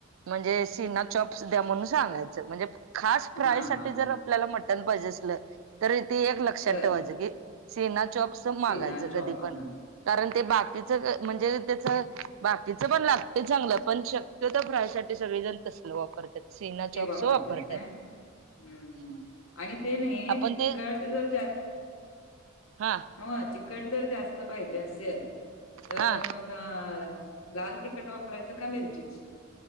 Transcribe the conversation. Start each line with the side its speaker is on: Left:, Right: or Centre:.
Right: म्हणजे सीना चॉप्स द्या म्हणून सांगायचं म्हणजे खास फ्राय
Left: हा
Right: साठी
Left: हा
Right: जर
Left: हा
Right: आपल्याला मटण पाहिजे असलं तर तेे एक लक्षात
Left: तर
Right: ठेवायचं की सीना चोप्स मागायचं
Left: सीना चॉप
Right: कधी
Left: आणा
Right: पण कारण ते बाकीच म्हणजे त्याच बाकीच पण लागते चांगलं पण शक क्यतो फ्रायसाठी सगळी जण तसंल वापरत्यात सीना
Left: ते
Right: चॉप्स
Left: वापरतात
Right: वापरत्यात
Left: काय? हम्म हम् आणि ते नाही
Right: आपण
Left: तिखट
Right: ते
Left: जर जास्त
Right: हा
Left: न्हवं तिखट तर जास्त पाहिजे असेल तर
Right: हा
Left: मग अ लाल तिखट वापरायचं का मिरचीच